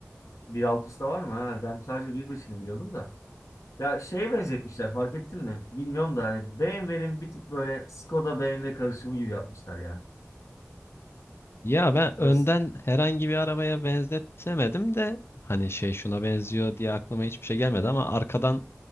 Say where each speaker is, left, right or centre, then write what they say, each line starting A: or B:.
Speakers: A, on the left; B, on the left.
A: 1.6'sı da var mı? Ha, ben sadece 1.5'ini biliyordum da. Ya şeye benzetmişler fark ettin mi? Bilmiyorum da hani BMW'nin bir tık böyle Skoda BMW karışımı gibi yapmışlar ya.
B: Ya ben önden
A: Evet.
B: herhangi bir arabaya benzetemedim de hani şey şuna benziyor diye aklıma hiçbir şey gelmedi ama arkadan